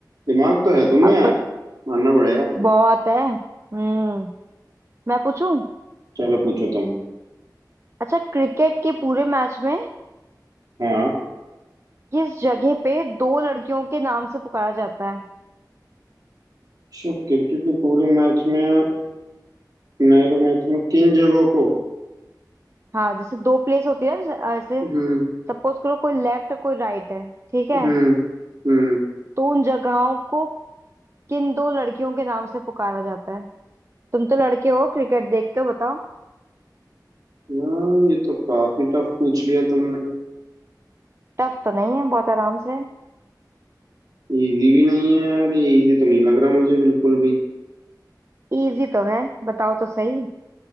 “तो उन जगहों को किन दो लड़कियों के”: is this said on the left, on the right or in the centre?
Right